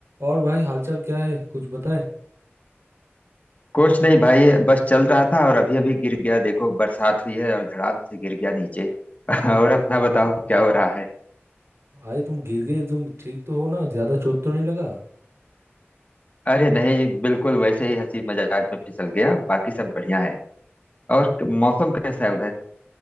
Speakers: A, on the right; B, on the left.
A: और भाई हालचाल क्या है कुछ बताए
B: कुछ नहीं भाई बस चल रहा था और अभी अभी गिर गया देखो बरसात हुई है और धड़ाम से गिर गया नीचे <laughs> और अपना बताओ क्या हो रहा है
A: भाई तुम गिर गए तुम ठीक तो हो ना ज्यादा चोट तो नहीं लगा
B: अरे नहीं बिल्कुल वैसे ही हंसी मजाक में फिसल गया बाकी सब बढ़िया है और मौसम कैसा है उधर